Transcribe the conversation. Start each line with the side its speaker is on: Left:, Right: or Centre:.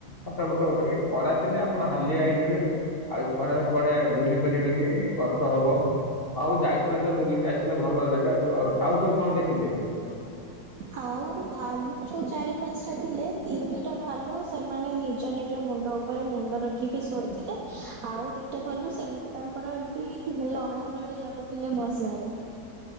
Left: ଫଟ ଫଟ ଉଠେଇବେ ଏ ଖରାଦିନେ ଆପଣ ହାଲିଆ ହେଇଯିବେ। ଆଉ ଏ ଖରାରେ କୁଆଡେ ବୁଲି ପାରିବେନି କଷ୍ଟ ହବ। ଆଉ ଯାଇଥିଲେ ତ ବୁଲିକି ଆସିଲେ ଭଲ ଜାଗା ସବୁ ଆ ଆଉ ସବୁ କଣ ଦେଖିଲେ?
Right: ଆଉ ଭାଲୁ ଯୋଉ ଚାରି ପାଞ୍ଚଟା ଥିଲେ ତିନିଟା ଭାଲୁ ସେମାନେ ନିଜ ନିଜ ମୁଣ୍ଡ ଉପରେ ମୁଣ୍ଡ ରଖିକି ଶୋଇଥିଲେ ଆଉ ଦିଟା ଭାଲୁ ସେମିତି ତାଙ୍କର ଏମିତି ଲଢା ଲଢି ଲାଗୁଥିଲେ ମଜାରେ।